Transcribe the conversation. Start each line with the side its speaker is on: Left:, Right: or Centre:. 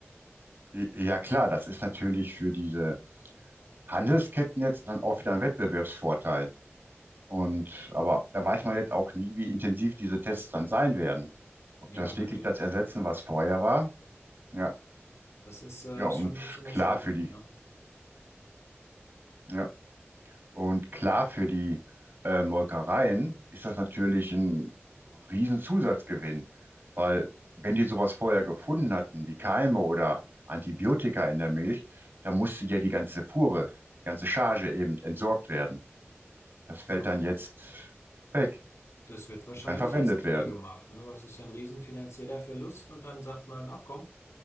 Right: ja, klar, das ist natürlich für diese Handelsketten jetzt dann auch wieder ein Wettbewerbsvorteil. Und aber da weiß man jetzt auch nie, wie intensiv diese Tests dann sein werden. Ob
Left: Ja,
Right: das
Left: natürlich.
Right: wirklich das ersetzen, was vorher war. Ja,
Left: Das ist äh,
Right: ja, und
Left: schon ein bisschen
Right: klar
Left: erschreckend,
Right: für die.
Left: ne?
Right: Ja. Und klar, für die äh, Molkereien ist das natürlich ein Riesenzusatzgewinn, weil wenn die sowas vorher gefunden hatten, wie Keime oder Antibiotika in der Milch, dann musste ja die ganze Fuhre, die ganze Charge eben entsorgt werden. Das fällt
Left: Ja,
Right: dann jetzt weg.
Left: das wird wahrscheinlich
Right: Die kann verwendet
Left: jetzt nicht
Right: werden.
Left: mehr gemacht, ne? Weil es ist ja ein riesen finanzieller Verlust und dann sagt man, ach komm,